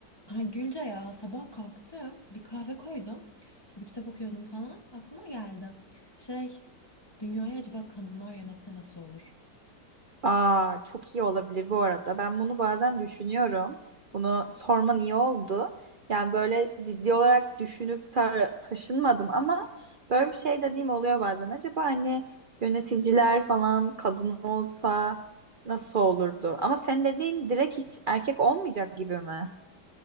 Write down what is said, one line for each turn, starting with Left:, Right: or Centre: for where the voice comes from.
Left: Ha, Gülce ya sabah kalktım bir kahve koydum işte bir kitap okuyordum falan aklıma geldi şey dünyayı acaba kadınlar yönetse nasıl olur?
Right: Aa, çok iyi olabilir bu arada. Ben bunu bazen düşünüyorum. Bunu sorman iyi oldu. Yani böyle ciddi olarak düşünüp ta- taşınmadım ama böyle bir şey dediğim oluyor bazen. Acaba hani yöneticiler falan kadın olsa nasıl olurdu? Ama sen dediğin direkt hiç erkek olmayacak gibi mi?